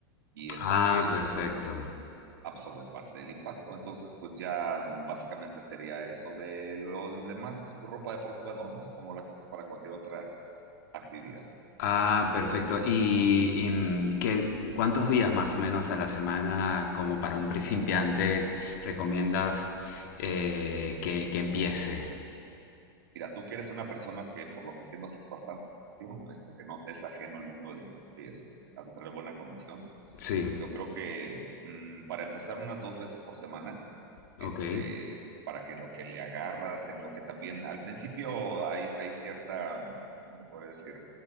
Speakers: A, on the right; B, on the left.
A: y ese
B: Ah,
A: gel
B: perfecto.
A: absorbe parte del impacto. Entonces, pues ya básicamente sería eso. De lo demás, pues tu ropa deportiva normal, como la que es para cualquier otra actividad.
B: Ah, perfecto. ¿Y, y, mm, qué, cuántos días más o menos a la semana, como para un principiante, recomiendas eh, que, que empiece?
A: Mira, tú que eres una persona que, por lo que entiendo, es bastante ejercicio, este, que no es ajeno al mundo del deporte y eso, has de tener buena condición.
B: Sí,
A: Yo creo que mm, para empezar unas dos veces por semana,
B: ok.
A: este, para que lo que le agarras, en lo que también, al principio hay, hay cierta, ¿cómo te podría decir?